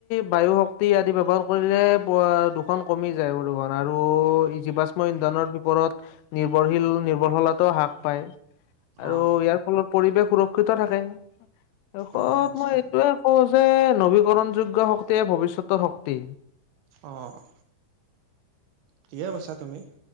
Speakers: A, on the left; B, on the right.
A: বায়ু শক্তি আদি ব্যৱসাৰ কৰিলে পোৱা কমি যায় আৰু এই জীৱাশ্ম ইন্ধনৰ বিপৰত নিৰ্ভৰশীল নিৰ্ভৰশীলাতও হ্ৰাস পায়। আৰু
B: অ',
A: ইয়াৰ ফলত পৰিৱেশ সুৰক্ষিত থাকে শেষত
B: অ', নিশ্চয়
A: শেষত কওঁ যে নবীকৰণ যোগ্য শক্তিয়ে ভৱিষ্যতৰ শক্তি।
B: অ', ঠিকে কৈছা তুমি।